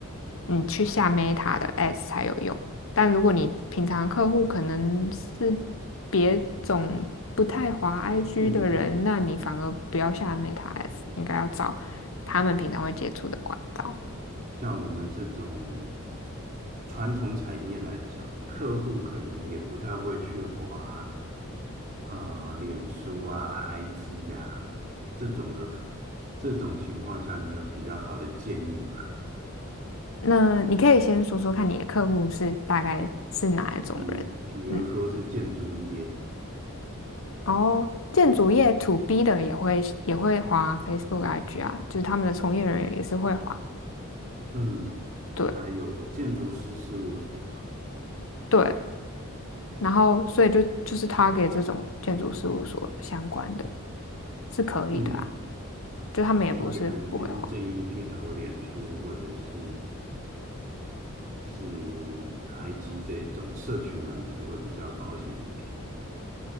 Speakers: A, on the left; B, on the right.
A: 你去下 Meta 的 Ads 才有用。但如果你平常客户可能是别种不太滑 IG
B: 嗯，
A: 的人，那你反而不要下 Meta S，应该要找他们平常会接触的管道。
B: 像我们这种传统产业来讲，客户可能也不太会去划啊，脸书啊、IG 呀、这种的，这种情况下，你有比较好的建议吗？
A: 那你可以先说说看你的客户是大概是哪一种人，
B: 比如，比如说是建筑业，
A: 嗯，然后建筑业 to B 的也会也会滑 Facebook IG 啊，就是他们的从业人员也是会滑，
B: 嗯，
A: 对
B: 还有建筑师事务所。
A: 对，然后所以就就是 Target 这种建筑事务所相关的是可以的啊。
B: 嗯，
A: 就他们也不是不会画，
B: 所以啊，你还是建议去投脸书或者是是 IG 这一种社群软体会比较保险一点。